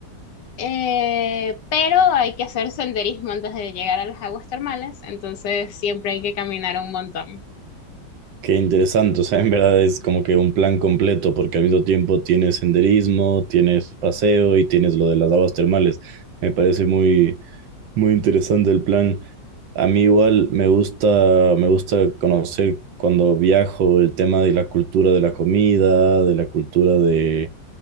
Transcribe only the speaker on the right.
qué interesante, o sea, <laughs> en verdad es como que un plan completo porque al mismo tiempo tienes senderismo, tienes paseo y tienes lo de las aguas termales. Me parece muy, Muy interesante el plan. A mí igual me gusta, me gusta conocer cuando viajo el tema de la cultura de la comida, de la cultura de,